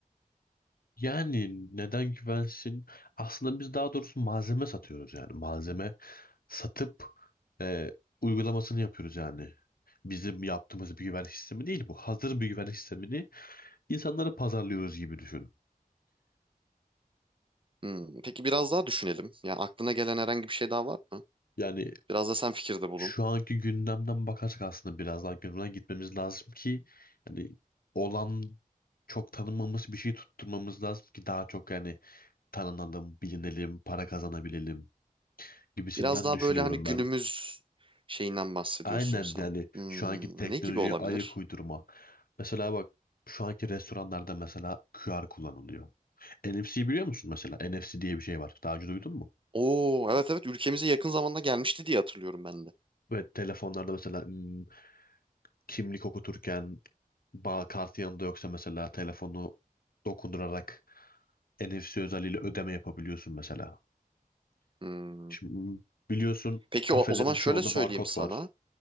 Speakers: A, on the left (about 75°); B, on the right (about 35°).
A: Yani neden güvensin? Aslında biz daha doğrusu malzeme satıyoruz yani. Malzeme satıp e, uygulamasını yapıyoruz yani. Bizim yaptığımız bir güvenlik sistemi değil bu. Hazır bir güvenlik sistemini insanlara pazarlıyoruz gibi düşün.
B: Hmm, Peki biraz daha düşünelim. Yani aklına gelen herhangi bir şey daha var mı?
A: Yani
B: Biraz da sen fikirde bulun.
A: şu anki gündemden bakarsak aslında biraz daha gündemden gitmemiz lazım ki yani olan çok tanınmamış bir şey tutturmamız lazım ki daha çok yani tanınalım, bilinelim, para kazanabilelim gibisinden
B: Biraz daha
A: düşünüyorum
B: böyle hani günümüz
A: ben.
B: şeyinden bahsediyorsun
A: Aynen
B: sen.
A: yani
B: Hmm,
A: şu anki teknolojiye
B: ne gibi olabilir?
A: ayak uydurma. Mesela bak şu anki restoranlarda mesela QR kullanılıyor. NFC biliyor musun mesela? NFC diye bir şey var. Daha önce duydun mu?
B: Oo evet evet ülkemize yakın zamanda gelmişti diye hatırlıyorum ben de.
A: Ve telefonlarda mesela hmm, kimlik okuturken bağ kartı yanında yoksa mesela telefonu dokundurarak NFC özelliğiyle ödeme yapabiliyorsun mesela.
B: Hmm.
A: Şimdi hmm, biliyorsun
B: Peki
A: kafelerin
B: o, o zaman şöyle
A: çoğunda
B: söyleyeyim
A: barkod
B: sana.
A: var.